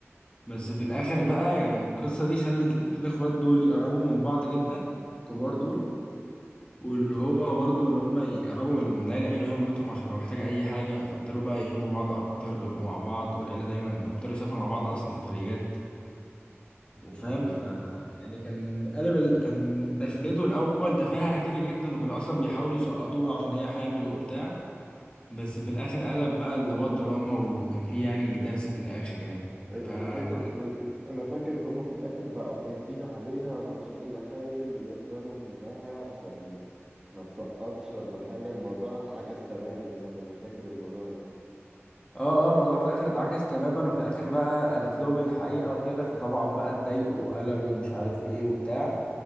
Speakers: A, on the left; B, on the right.
A: بس في الاخر بقى يعني القصة دي خلت الاتنين اخوات دول يقربوا من بعض جدا الكبار دول واللي
B: امم
A: هو برضه اللي هم يقربوا من العيلة عيله هي مامتهم عشان لو محتاجة أي حاجة فابتدوا بقى يحبوا بعض أكتر ومع بعض والعيلة دايما وابتدوا يسافروا مع بعض أصلا سفريات وفاهم
B: ايوه
A: ف
B: ايوه
A: يعني كان قلب ال... كان دخلته الاول تفاهه كده جدا وكانوا اصلا بيحاولوا يسقطوها عشان هي حامل وبتاع بس في الاخر قلب بقى اللي هو دراما وكان فيه يعني درس في الاخر يعني
B: اي
A: ف اه
B: انا فاكر انا فاكر ان هم في الاخر بقوا خايفين عليها وعشان هي حامل وياخدوا بالهم منها عشان ما تسقطش ولا حاجة الموضوع اتعكس تماما يعني انا فاكر الموضوع ده
A: اه الموضوع في الاخر اتعكس تماما وفي الاخر بقى قالت لهم الحقيقه وكده فطبعا بقى اتضايقوا وقلبوا ومش عارف ايه وبتاع